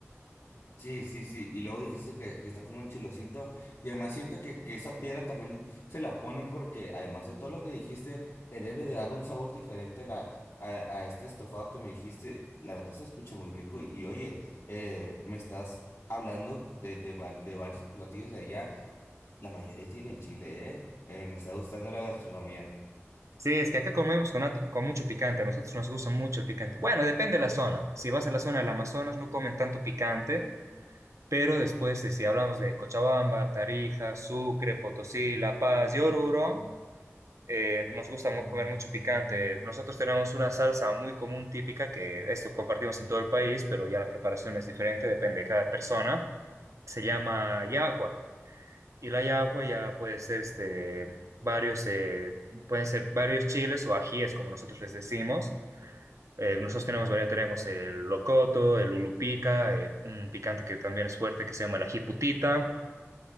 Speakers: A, on the left; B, on the right.
A: Sí, sí, sí. Y luego dijiste que, que está como un chilosito. Y además siento que, que esa piedra también se la ponen porque además de todo lo que dijiste, le debe de dar un sabor diferente a, la, a, a este estofado que me dijiste. La verdad se escucha muy rico. Y oye, eh, me estás hablando de, de, va- de varios platillos de allá. La mayoría tienen chile, ¿eh? Eh, me está gustando la gastronomía.
B: Sí, es que acá comemos con, at- con mucho picante, a nosotros nos gusta mucho el picante. Bueno, depende de la zona. Si vas a la zona del Amazonas no comen tanto picante, pero después, eh, si hablamos de Cochabamba, Tarija, Sucre, Potosí, La Paz y Oruro, eh, nos gusta mu- comer mucho picante. Nosotros tenemos una salsa muy común, típica, que esto compartimos en todo el país, pero ya la preparación es diferente, depende de cada persona. Se llama yagua. Y la yagua ya puede ser este, varios, eh, pueden ser varios chiles o ajíes, como nosotros les decimos. Eh, nosotros tenemos variedad, tenemos el locoto, el ulupica, eh, un picante que también es fuerte que se llama el ají putita.